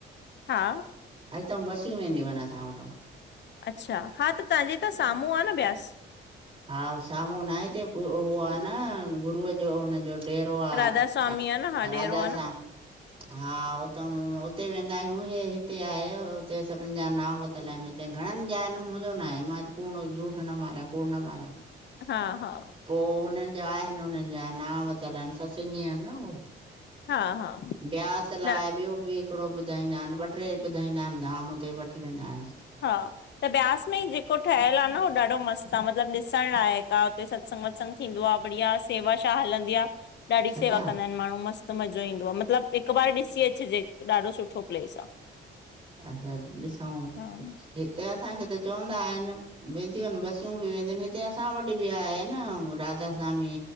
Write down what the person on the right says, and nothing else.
अतां बसियूं वेंदियूं आहिन असां वट
हा साम्हूं न हिते हो आ न गुरूअ जो हुनन जो ॾेरोे आ,
राजा
सां
हा हु उते वेंदा आहियूं हे हिते आहे हुते सभिन जा नाम वरतल आहिन घणन जन मुंजो ना आहे मां कूड़ जूठ न मारया कुड़ न मारिय
पो हुनन जबआहिन हुनन जा न वरतल आहिन सतसंगी आहिन न उ
ब्यास लाइ
ॿियो बि थोड़ो ॿुधाईंदा आहिन ॿ ट्रे ॿुधाईंदा आहिन धाम हुते वठी वेंदा आहिन।
अच्छा
अ त ॾिसऊ।
हिते असांखे त चवंदा आहिन वेंदियूं आहिन बसियूं बि वेंदियूं आहिन हिते असां वट बि आहे न राजा समी